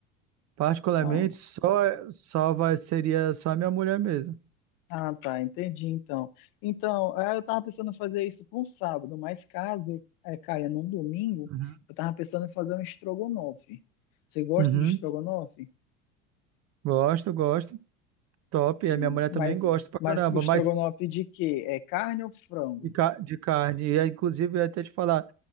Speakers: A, on the right; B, on the left.
A: particularmente,
B: Ah,
A: só, só vai, seria só a minha mulher mesmo.
B: ah, tá, entendi então. Então, é, eu tava pensando em fazer isso para um sábado, mas caso é, caia num domingo,
A: Uhum.
B: eu tava pensando em fazer um estrogonofe. Você gosta
A: Uhum.
B: de estrogonofe?
A: Gosto, gosto. Top. E
B: Hum,
A: a minha mulher
B: Mas,
A: também gosta pra
B: mas
A: caramba,
B: estrogonofe
A: mas
B: de quê? É carne ou frango?
A: de, ca- de carne. E, aí, inclusive, eu ia até te falar,